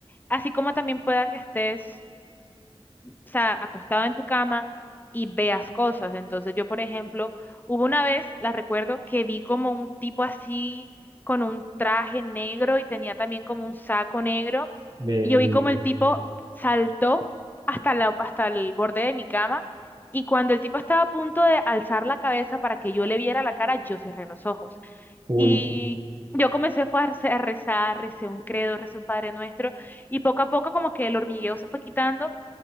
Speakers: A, on the left; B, on the right.
A: así como también pueda que estés o sea, acostado en tu cama y veas cosas. Entonces yo, por ejemplo, hubo una vez, la recuerdo, que vi como un tipo así con un traje negro y tenía también como un saco negro.
B: ve
A: Y yo vi
B: bien.
A: como el tipo saltó hasta la, hasta el borde de mi cama y cuando el tipo estaba a punto de alzar la cabeza para que yo le viera la cara, yo cerré los ojos.
B: Uy.
A: Y yo comencé fue a rece- a rezar, recé un credo, recé un Padre Nuestro y poco a poco como que el hormigueo se fue quitando